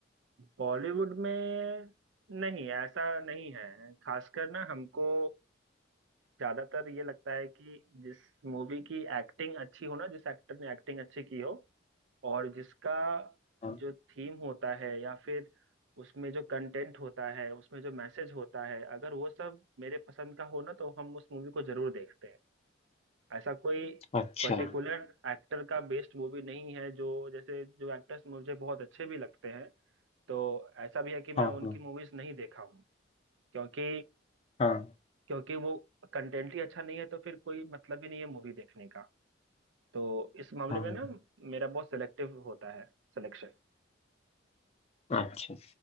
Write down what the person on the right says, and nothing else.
बॉलीवुड में नहीं ऐसा नहीं है खासकर ना हमको ज्यादातर ये लगता है कि जिस मूवी की एक्टिंग अच्छी हो ना जिस एक्टर ने एक्टिंग अच्छी की हो और जिसका
जो थीम होता है या फिर उसमें जो कंटेंट होता है उसमें जो मैसेज होता है अगर वो सब मेरे पसंद का हो ना तो हम उस मूवी को जरूर देखते हैं ऐसा कोई
पर्टिकुलर एक्टर का बेस्ड मूवी नहीं है जो जैसे जो एक्टर्स मुझे बहुत अच्छे भी लगते हैं तो ऐसा भी है कि मैं
उनकी
मूवीज नहीं देखा हूँ क्योंकि
क्योंकि वो कंटेंट ही अच्छा नहीं है तो फिर कोई मतलब ही नहीं है मूवी देखने का तो इस मामले
में ना मेरा बहुत सिलेक्टिव होता है सिलेक्शन